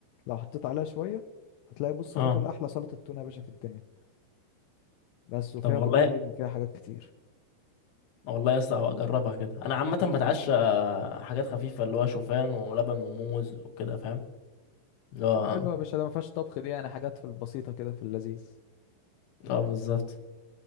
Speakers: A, on the left; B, on the left.
A: لو حطيت عليها شوية هتلاقي بص
B: اه
A: هتاكل احلى سلطة تونة يا باشا في الدنيا بس وفيها
B: طب والله
A: بروتين وفيها حاجات كتير
B: والله يا اسطى هبقى اجربها كده انا عامة بتعشى آه، حاجات خفيفة اللي هو شوفان ولبن وموز وكده فاهم اللي هو
A: طب حلو يا باشا ده ما فيهاش طبخ دي يعني حاجات في البسيطة كده في اللذيذ
B: اه بالظبط